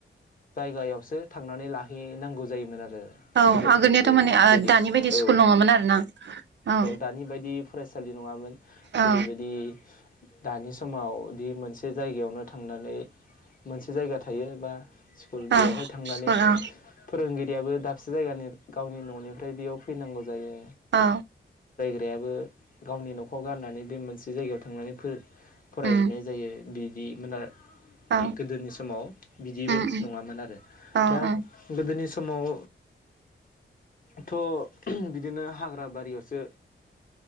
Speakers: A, on the left; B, on the right.
A: जायगायावसो थांनानै लाहैनांगौ जायोमोन आरो।
B: औ
A: गोदोनि
B: आगोलनियाथ
A: बे
B: माने
A: बेदि
B: दानि बायदि
A: औ
B: स्कुल नङामोन आरो ना औ
A: दानि बायदि फरायसालि नङामोन। जेरैबायदि
B: औ
A: दानि समाव दि मोनसे जायगायावनो थांनानै मोनसे जायगा थायो बा स्कुल
B: औ
A: बेयावहाय थांनानै
B: स्कुल औ
A: फोरोंगिरियाबो दाबसे जायगानि गावनि ननिफ्राय बेयाव फैनांगौ जायो।
B: औ
A: बेयाबो गावनि नखर गारनानै बे मोनसे जायगायाव थांनानै फोरों फरायहैनाय
B: उम
A: जायो बि बिदि मोन आरो।
B: औ
A: गोदोनि समाव बिदिबाय
B: उम उम
A: नङामोन आरो
B: औ
A: दा
B: औ
A: गोदोनि सम समाव थ' बिदिनो हाग्रा बारियावसो